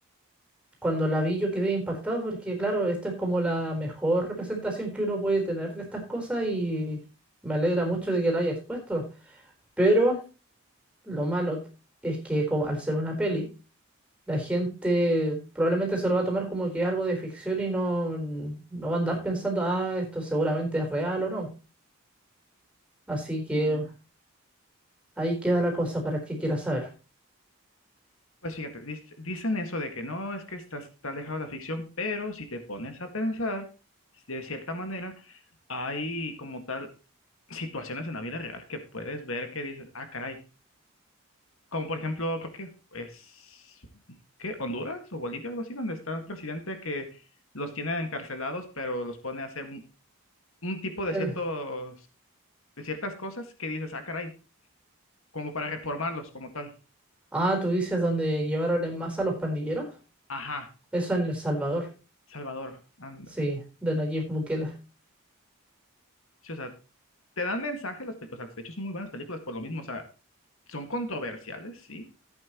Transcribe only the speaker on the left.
mm,
Pues fíjate, dis- dicen eso de que no, es que estás, está alejado de la ficción, pero si te pones a pensar, de cierta manera, hay como tal situaciones en la vida real que puedes ver que dices, ah, caray. Como por ejemplo, creo que es, ¿qué? Honduras o Bolivia, algo así, donde está el presidente que los tiene encarcelados, pero los pone a hacer un, un tipo de
ciertos, de ciertas cosas que dices, ah, caray, como para reformarlos como tal.
Ajá,
Salvador, ándale.
Sí, o sea, te dan mensajes las películas, o sea, de hecho son muy buenas películas por lo mismo, o sea, son controversiales, sí,